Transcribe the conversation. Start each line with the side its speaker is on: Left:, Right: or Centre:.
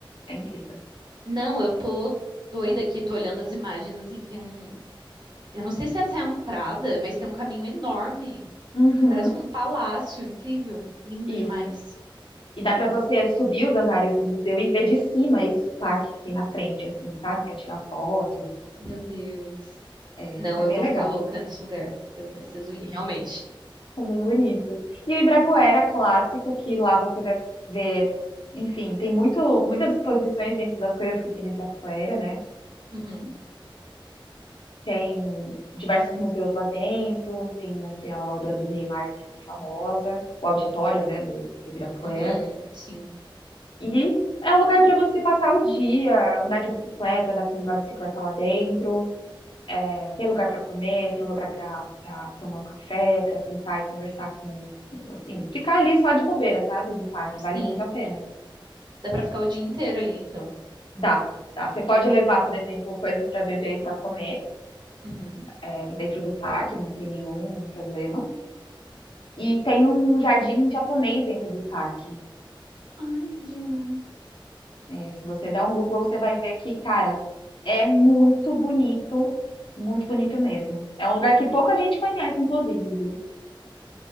Left: é incrível.
Right: Não, eu tô doida aqui, tô olhando as imagens, assim, tem um... Eu não sei se essa é a entrada, mas tem um caminho enorme.
Left: Uhum,
Right: Parece um palácio, incrível. Lindo
Left: isso.
Right: demais.
Left: E dá para você subir os andares do museu e ver de cima esse parque que tem na frente, assim, sabe? Quer tirar foto.
Right: Meu Deus.
Left: É,
Right: Não,
Left: é
Right: eu
Left: bem
Right: vou
Left: legal,
Right: ficar louca nesse lugar. Eu preciso ir, realmente.
Left: é bem bonito. E o Ibirapuera é clássico, que lá você vai ver, enfim, tem muito, muitas exposições dentro das coisas que tem no Ibirapuera, né?
Right: Uhum,
Left: Tem diversos museus lá dentro, tem aquela obra do Neymar que é famosa, o auditório, né, do, do Ibirapuera.
Right: uhum, sim,
Left: E é um lugar para você passar o dia, andar de bicicleta, dá para alugar bicicleta lá dentro. É, tem lugar para comer, tem lugar para tomar um café, para sentar e conversar com, com, assim, ficar ali só de bobeira, sabe? No parque,
Right: sim.
Left: vale muito a pena.
Right: Dá pra ficar o dia inteiro ali, então.
Left: Dá, dá. Você pode levar, por exemplo, coisas para beber e para comer,
Right: Uhum.
Left: é, dentro do parque, não tem nenhum problema. E tem um jardim japonês dentro do parque.
Right: Ai, que demais.
Left: É, se você der um Google, você vai ver que, cara, é muito bonito, muito bonito mesmo. É um lugar que pouca gente conhece, inclusive, viu?